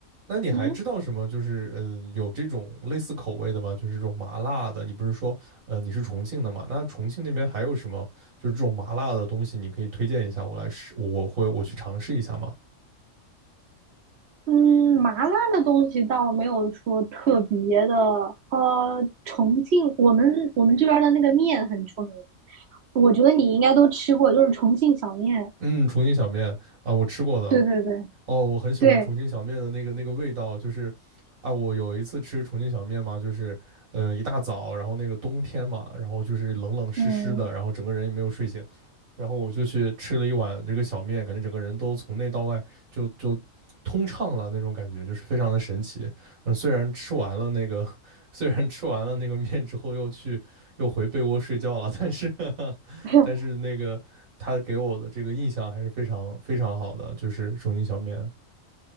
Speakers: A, on the right (about 90°); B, on the right (about 60°).
A: 那你还知道什么？
B: 嗯
A: 就是嗯、呃有这种类似口味的吗？就是这种麻辣的。你不是说，呃，你是重庆的嘛？那重庆那边还有什么？就是这种麻辣的东西，你可以推荐一下我来试，我我会我去尝试一下吗？
B: 嗯，麻辣的东西倒没有说特别的。呃，重庆我们我们这边儿的那个面很出名，我觉得你应该都吃过，就是重庆小面。
A: 嗯，重庆小面啊，我吃过的，
B: 对对对
A: 哦，我很喜欢重庆小面的那个那个味道，
B: 对，
A: 就是啊，我有一次吃重庆小面嘛，就是呃一大早，然后那个冬天嘛，然后就是冷冷湿湿的，
B: 嗯，
A: 然后整个人也没有睡醒，然后我就去吃了一碗这个小面，感觉整个人都从内到外就就通畅了那种感觉，就是非常的神奇。嗯，虽然吃完了那个，<laughs> 虽然吃完了那个面之后又去又回被窝睡觉了，但是 <laughs>
B: <laughs>
A: 但是那个他给我的这个印象还是非常非常好的，就是重庆小面。